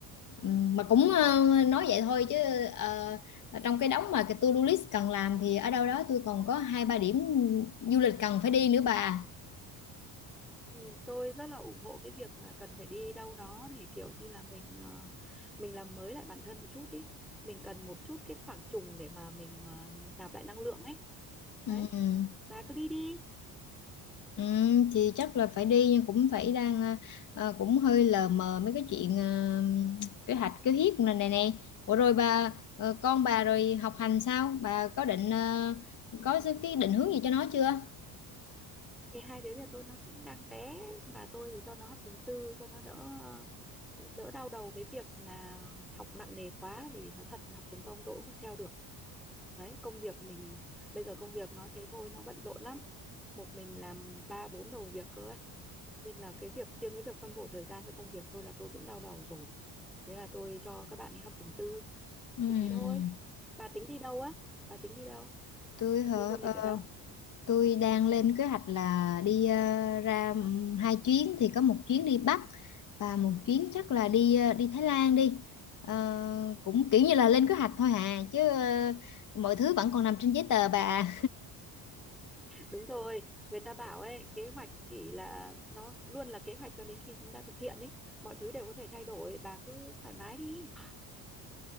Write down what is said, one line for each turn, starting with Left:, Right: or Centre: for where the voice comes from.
Left: ừm, mà cũng ờ, nói vậy thôi chứ ờ, trong cái đống mà cái to-do list cần làm thì ở đâu đó tôi còn có hai ba điểm du lịch cần phải đi nữa bà.
Centre: ừ, tôi rất là ủng hộ cái việc mà cần phải đi đâu đó để kiểu như là mình ờ, mình làm mới lại bản thân một chút ý mình cần một chút cái khoảng trùng để mà mình ờ, nạp lại năng lượng ấy đấy
Left: Ừm.
Centre: bà cứ đi đi
Left: Ừ, thì chắc là phải đi nhưng cũng phải đang ờ, ờ, cũng hơi lờ mờ mấy cái chuyện ờ, kế hoạch kế hiếp này này này Ủa rồi bà ờ, con bà rồi học hành sao bà có định ờ, có cái định hướng gì cho nó chưa
Centre: thì hai đứa nhà tôi nó cũng đang bé bà tôi thì cho nó học trường tư cho nó đỡ ờ, đỡ đau đầu cái việc là học nặng nề quá vì nó thật học trường công tôi cũng không theo được đấy công việc mình bây giờ công việc nói thế thôi nó bận rộn lắm một mình làm ba bốn đầu việc cơ á. nên là cái việc riêng cái việc phân bổ thời gian cho công việc thôi là tôi cũng đau đầu rồi thế là tôi cho các bạn đi học trường tư
Left: Ừm,
Centre: chỉ thế thôi bà tính đi đâu á bà tính đi đâu
Left: tôi hả
Centre: đi du lịch
Left: Ờ,
Centre: ở đâu
Left: tôi đang lên kế hoạch là đi ờ, ra ừm, hai chuyến thì có một chuyến đi Bắc và một chuyến chắc là đi ờ, đi Thái Lan đi Ờ, cũng kiểu như là lên kế hoạch thôi à chứ ờ, mọi thứ vẫn còn nằm trên giấy tờ bà
Centre: đúng rồi người ta bảo ấy kế hoạch chỉ là nó luôn là kế hoạch cho đến khi chúng ta thực hiện ấy mọi thứ đều có thể thay đổi bà cứ thoải mái đi